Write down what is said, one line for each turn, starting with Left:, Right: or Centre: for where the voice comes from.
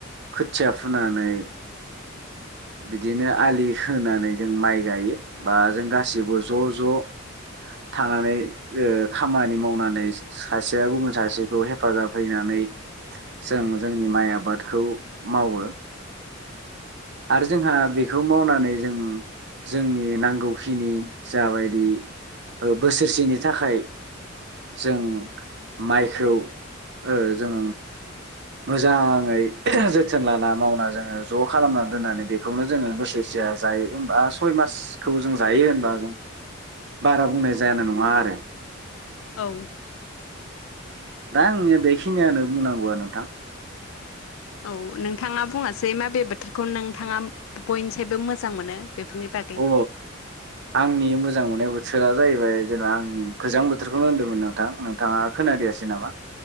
Right: खोथिया फुनानै बिदिनो आलि होनानै जों माइ गायो बा जों गासिबो ज' ज' थानानै ओ खामानि मावनानै सासे सासेया गुबुन सासेखौ हेफाजाब हैनानै जों जोंनि माइ आबादखौ मावो। आरो जोंहा बेखौ मावनानै जों जोंनि नांगौखिनि जाबायदि बोसोरसेनि थाखाय जों माइखौ ओ जों मोजाङै जोथोन लाना मावना जोङो ज' खालामनानै दोननानै बे बेखौनो जोङो बोसोरसेया जायो होमबा सय मासखौ जों जायो होनबा जों बारा बुंनाय जानाय नङा आरो।
Left: औ
Right: दा आंनिया बेखिनियानो बुंनांगौआ नोंथां।
Left: औ नोंथाङा बुङासै माबे बोथोरखौ नोंथाङा बयनिसायबो मोजां मोनो? बेफोरनि बागै
Right: अ आंनि मोजां मोननाय बोथोरा जाहैबाय जेनेबा आं गोजां बोथोरखौनो होनदोंमोन नोंथां नोंथाङा खोनादियासै नामा?